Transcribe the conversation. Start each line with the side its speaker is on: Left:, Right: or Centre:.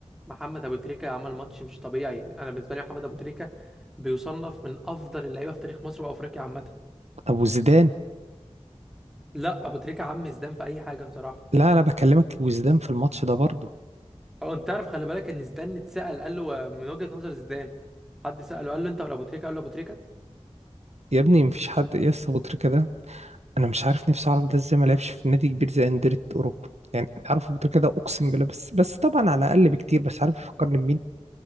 Centre: محمد ابو تريكه عمل ماتش مش طبيعي انا بالنسبه لي محمد ابو تريكه بيصنف من افضل اللعيبه في تاريخ مصر وافريقيا عامه
Right: طب وزيدان
Centre: لا ابو تريكه عم زيدان في اي حاجه بصراحه
Right: لا انا بكلمك وزيدان في الماتش ده برضه
Centre: او انت تعرف خلي بالك ان زيدان اتسال قال له من وجهه نظر زيدان حد ساله قال له انت ولا ابو تريكه قال له ابو تريكه
Right: يا ابني مفيش حد يا اسطى أبو تريكة ده انا مش عارف نفسي اعرف ده ازاي ما لعبش في نادي كبير زي انديه اوروبا يعني انت عارف أبو تريكة ده اقسم بالله بس بس طبعا على اقل بكتير بس عارف يفكرني بمين